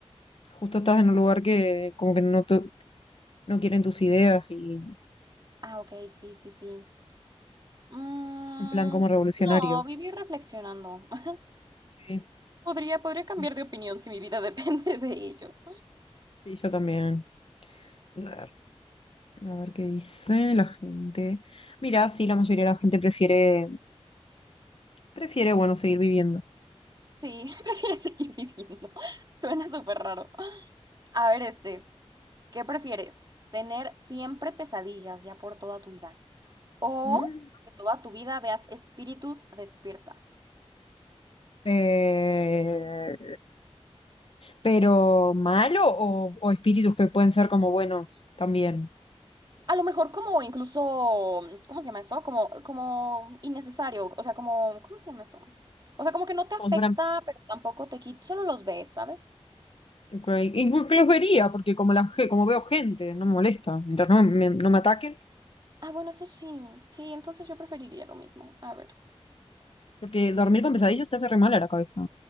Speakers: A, on the left; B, on the right.
A: justo estás en un lugar que como que no, to- no quieren tus ideas y
B: Ah, ok, sí, sí, sí. Mm,
A: en plan como revolucionario.
B: no, vivir reflexionando. <laughs>
A: Sí,
B: Podría, podría
A: sí,
B: cambiar de opinión si mi vida <laughs> depende de ello.
A: sí, yo también. A ver, a ver qué dice la gente. Mira, sí, la mayoría de la gente prefiere, prefiere, bueno, seguir viviendo.
B: Sí, <laughs> prefiero seguir viviendo. <laughs> Suena súper raro. A ver, este, ¿qué prefieres? ¿Tener siempre pesadillas ya por toda tu vida? O
A: Mm,
B: que toda tu vida veas espíritus despierta.
A: eh, pero malo o, o espíritus que pueden ser como buenos también.
B: A lo mejor como incluso, ¿cómo se llama esto? Como, como innecesario, o sea, como, ¿cómo se llama esto? O sea, como que no te
A: Como
B: afecta,
A: si fueran
B: pero tampoco te quita, solo los ves, ¿sabes?
A: Ok, Incluso los vería, porque como, la, ge- como veo gente, no me molesta. Mientras no me, no me ataquen,
B: Ah, bueno, eso sí, sí, entonces yo preferiría lo mismo. A ver.
A: porque dormir con pesadillas te hace re mal a la cabeza